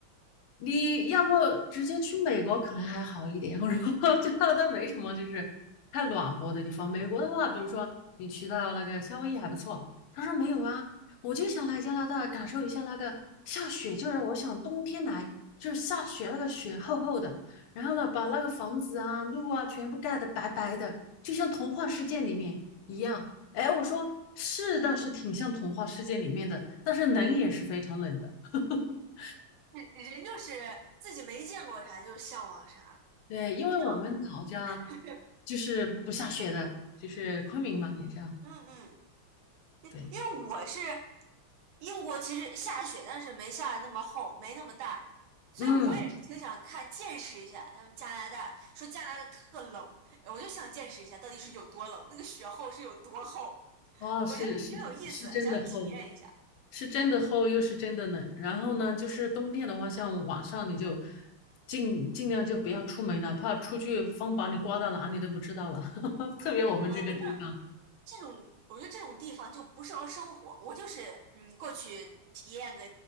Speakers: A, on the left; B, on the right.
A: 你要不直接去美国可能还好一点，我说 <laughs> 加拿大没什么就是太暖和的地方，美国的话，比如说你去到那个夏威夷还不错，他说没有啊，我就想来加拿大感受一下那个下雪，就是我想冬天来，就是下雪那个雪厚厚的。然后呢，把那个房子啊、路啊全部盖得白白的，就像童话世界里面一样。哎，我说是倒是挺像童话世界里面的，但是冷也是非常冷的。<laughs>
B: 人人就是自己没见过啥就向往啥，
A: 对，因为我们老家
B: 像 <laughs>
A: 就是不下雪的，就是昆明嘛，你知道？
B: 嗯嗯。
A: 对，
B: 因为我是英国，其实下雪，但是没下的那么厚，没那么大，所以我也是挺想看见识一下他们加拿大。
A: 嗯，
B: 说加拿大特冷，我就想见识一下到底是有多冷，那个雪厚是有多厚。
A: 哦，
B: 我觉得挺有意思，
A: 是是是真的厚。
B: 想体验一下。
A: 是真的厚又是真的冷。然后呢，就是冬天的话，像晚上你就尽尽量就不要出门了，怕出去风把你刮到哪里都不知道了。<laughs> 特别我们这个地方，
B: 嗯，那这种我觉得这种地方就不适合生活，我就是嗯过去体验个